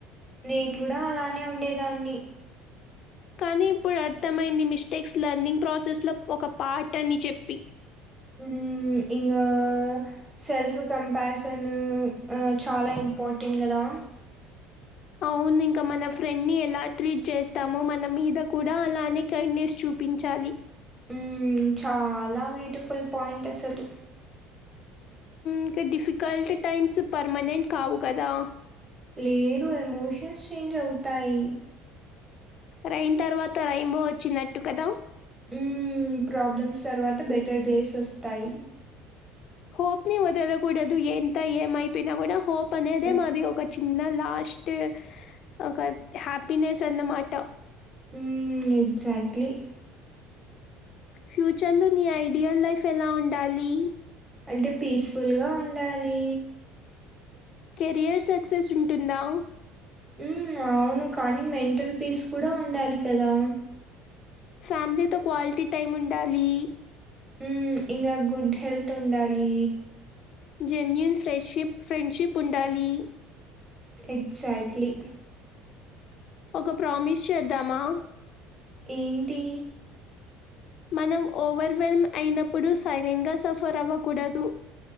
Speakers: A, on the right; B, on the left.
A: నేను కూడా అలానే ఉండేదాన్ని.
B: కానీ ఇప్పుడు అర్థమైంది మిస్టేక్స్ లెర్నింగ్ ప్రాసెస్ లో ఒక పార్ట్ అని చెప్పి.
A: ఉమ్ ఇంకా సెల్ఫ్ కంపసన్ చాలా ఇమ్. పోటీంగ్ కదా.
B: అవును ఇంకా మన ఫ్రెండ్ ని ఎలా ట్రీట్ చేస్తామో మన మీద కూడా అలానే కైండ్నెస్ చూప్. ఒప్పించాలి.
A: ఉమ్ చాలా బ్యూటిఫుల్ పాయింట్ అసలు.
B: ఇంకా డిఫికల్ట్ టైమ్స్ పర్మనెంట్ కావు. కదా
A: లేదు ఎమోషన్స్ చేంజ్ అవుతాయి.
B: రెయిన్ తర్వాత రైన్బో వచ్చినట్టు కదా.
A: ఉమ్ ప్రాబ్లమ్స్ తర్వాత బెటర్ డేస్ వస్తాయి.
B: హోప్ ని వదలకూడదు ఎంత ఏమైపోయినా కూడా హోప్ అనేదే
A: హ్మ్.
B: మది ఒక. చిన్న లాస్ట్ ఒక హ్యాపీనెస్ అన్నమాట.
A: ఉమ్ ఎక్జాక్ట్లీ.
B: ఫ్యూచర్ లో నీ ఐడియల్ లైఫ్ ఎలా ఉండాలి
A: అంటే పీస్ఫుల్గా ఉండాలి
B: కెరియర్ సక్సెస్ ఉంటుందా
A: ఉమ్ అవును కానీ మెంటల్ పీస్ కూడా ఉండాలి కదా
B: ఫ్యామిలీతో క్వాలిటీ టైమ్ ఉండాలి
A: ఉమ్ ఇంగ గుడ్ హెల్త్ ఉండాలి
B: జెన్యూన్ ఫ్రడ్షిప్ ఫ్రండ్షిప్ ఉండాలి
A: ఎక్జాక్ట్లీ
B: ఒక ప్రామిస్ చేద్దామా
A: ఏంటి
B: మనం ఓవర్ వెెల్మ్ అయినప్పుడు సైలెంట్ గా సఫర్ అవ్వకూడదు